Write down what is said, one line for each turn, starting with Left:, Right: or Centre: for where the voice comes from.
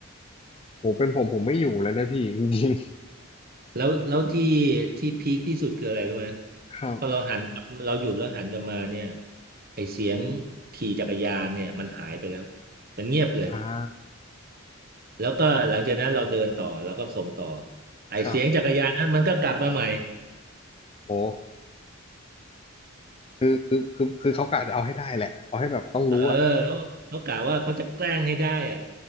Left: โหเป็นผมผมไม่อยู่แล้วนะพี่จริง
Right: แล้วแล้วที่ที่พีคที่สุดคืออะไรรู้ไหม
Left: ๆครับ
Right: พอเราหันกลับเราหยุดแล้วหันกลับมาเนี่ยไอเสียงขี่จักรยานเนี่ยมันหายไปแล้วมันเงียบเลย
Left: อ่า
Right: แล้วก็หลังจากนั้นเราเดินต่อเราก็ส่งต่อไอเสียงจักรยานนั้นมันก็กลับมาใหม่
Left: ครับโหคือคือคือคือเขากะจะเอาให้ได้แหละเอาให้แบบต้องรู้อ่ะ
Right: เออเขาเขากะว่าเขาจะแกล้งให้ได้อ่ะ